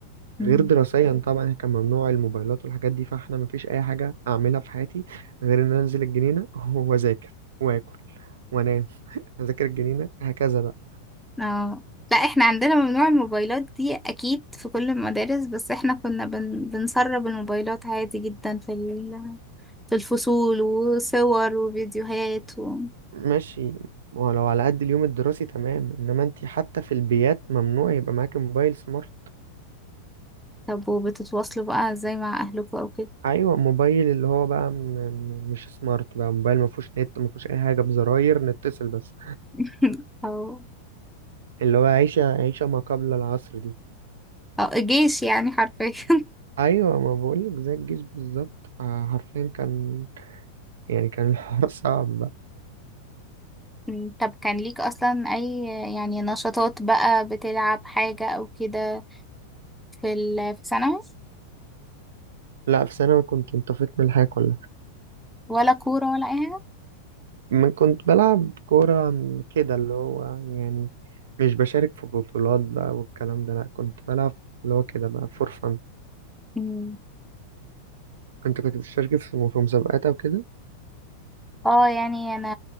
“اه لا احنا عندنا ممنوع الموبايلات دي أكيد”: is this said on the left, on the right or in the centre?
Centre